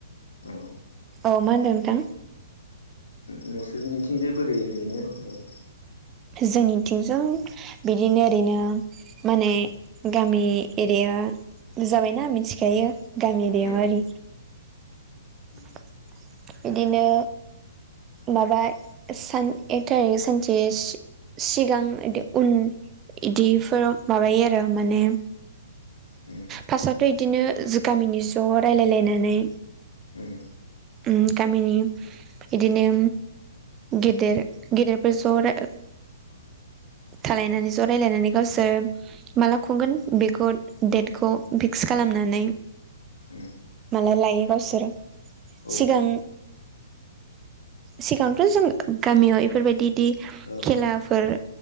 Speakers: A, on the left (about 75°); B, on the right (about 25°).
A: अ
B: औ मा होनदों नोंथां
A: नोंसोरनिथिंजाय बोरै ओरैनो माबे
B: जोंनिथिंजों बिदिनो ओरैनो माने गामि एरिया जाबायना मिथिखायो गामि एरियारि
A: उम उम
B: बिदिनो माबा सान एक थारिख सानसे सिगां बिदि
A: उम
B: उन इदिफोराव माबायो आरो माने
A: उम
B: फार्स्टआवथ' बिदिनो गामिनि ज' रायलायलायनानै
A: उम
B: उ गामिनि इदिनो गेदेर गिदिरफोर ज' रां
A: <inaudible>
B: थालायनानै रायलायनानै गावसोर माला खुंगोन बेखौ डेटखौ फिक्स खालामनानै
A: उ
B: माला लायो गावसोरो
A: औ
B: सिगां सिगांथ' जों गामियाव इफोरबायदि इदि
A: औ
B: खेलाफोर